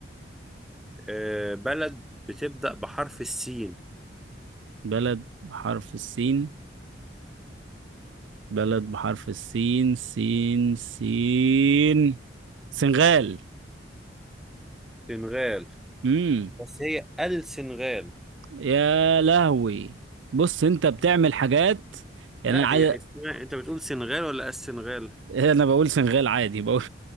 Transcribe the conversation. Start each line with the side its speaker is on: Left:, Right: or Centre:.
Centre: آه بلد بتبدأ بحرف السين
Right: بلد بحرف السين بلد بحرف السين سين سين سنغال
Centre: سنغال
Right: امم
Centre: بس هي السنغال
Right: يا لهوي بص انت بتعمل حاجات يعني
Centre: لا
Right: انا عايز
Centre: هي اسمها انت بتقول سنغال ولا السنغال
Right: انا بقول سنغال عادي بقول